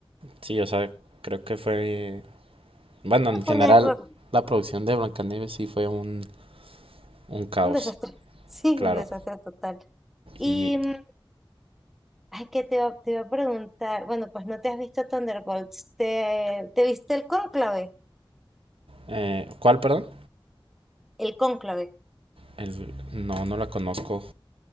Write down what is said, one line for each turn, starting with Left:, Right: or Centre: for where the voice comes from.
Right: Sí, o sea, creo que fue Bueno, en general,
Centre: fue un error.
Right: la producción de Blancanieves sí fue un, un caos,
Centre: Un desastre. <laughs> Sí,
Right: claro.
Centre: un desastre total. Y,
Right: Y,
Centre: mm, ay, que te iba, te iba a preguntar, bueno, pues no te has visto Thunderbolts, ¿te, te viste el cónclave?
Right: eh, ¿cuál, perdón?
Centre: El cónclave.
Right: El- no, no la conozco.